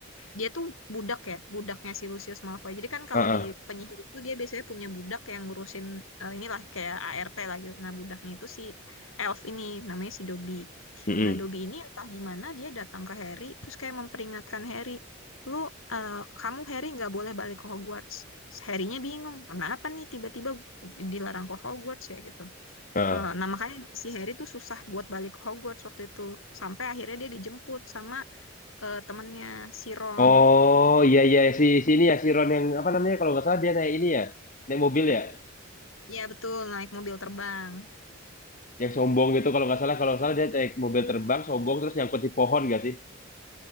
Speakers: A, on the left (about 80°); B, on the left (about 40°).
A: dia tuh budak ya, budaknya si Lucius Malfoy. Jadi kan kalau
B: heeh.
A: di penyihir itu dia biasanya punya budak yang ngurusin eh, inilah kayak ART lah gitu. Nah, budaknya itu si elf ini namanya si Dobby.
B: Heeh.
A: Nah, Dobby ini entah gimana dia datang ke Harry terus kayak memperingatkan Harry, "Lu eh, kamu Harry nggak boleh balik ke Hogwarts." Harry-nya bingung, kenapa nih tiba-tiba dilarang ke Hogwarts ya gitu.
B: Heeh.
A: Eh, nah makanya si Harry tuh susah buat balik ke Hogwarts waktu itu sampai akhirnya dia dijemput sama eh, temennya si Ron.
B: Oh, iya iya si sini ya si Ron yang apa namanya kalau nggak salah dia naik ini ya. Naik mobil ya.
A: Ya betul naik mobil terbang.
B: yang sombong gitu kalau nggak salah kalau nggak salah dia naik mobil terbang sombong terus nyangkut di pohon gak sih